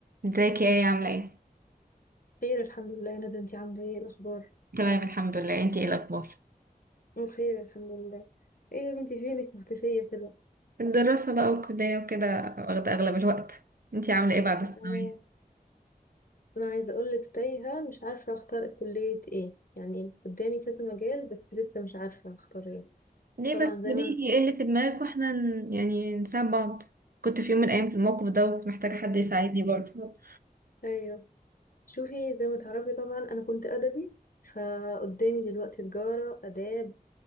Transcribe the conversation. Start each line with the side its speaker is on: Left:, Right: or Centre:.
Right: ازيك يا ايه عاملة ايه؟
Left: خير الحمد لله يا ندى انتي عاملة ايه الأخبار؟
Right: تمام الحمد لله انتي ايه الأخبار؟
Left: بخير الحمد لله ايه يا بنتي فينك مختفية كده؟
Right: الدراسة بقى والكلية وكده واخدة أغلب الوقت انتي عاملة ايه بعد
Left: اه،
Right: الثانوية؟
Left: أنا عايزة أقولك تايهة مش عارفة أختار كلية ايه يعني قدامي كذا مجال بس لسه مش عارفة أختار ايه
Right: ليه
Left: طبعا
Right: بس
Left: زي
Right: قوليلي
Left: ما
Right: ايه اللي في دماغك واحنا ن- يعني نساعد بعض كنت في يوم من الأيام في الموقف ده وكنت محتاجة حد يساعدني برضه
Left: أيوه شوفي زي ما تعرفي طبعا أنا كنت أدبي فقدامي دلوقتي تجارة آداب